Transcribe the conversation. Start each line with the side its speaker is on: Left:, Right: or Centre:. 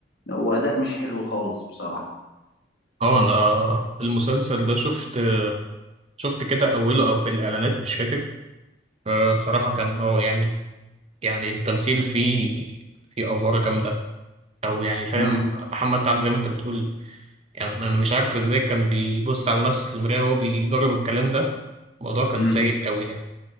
Left: وأداء مش حلو خالص بصراحة
Right: اه انا المسلسل ده شفت آه، شفت كده اوله او في الاعلانات مش فاكر آه، بصراحة كان اه يعني يعني التمثيل فيه فيه افوار جامدة او يعني فاهم
Left: مم.
Right: محمد سعد زي ما انت بتقول يعني انا مش عارف ازاي كان بيبص على نفسه في المراية وهو بيجرب الكلام ده الموضوع كان
Left: مم.
Right: سيء قوي يعني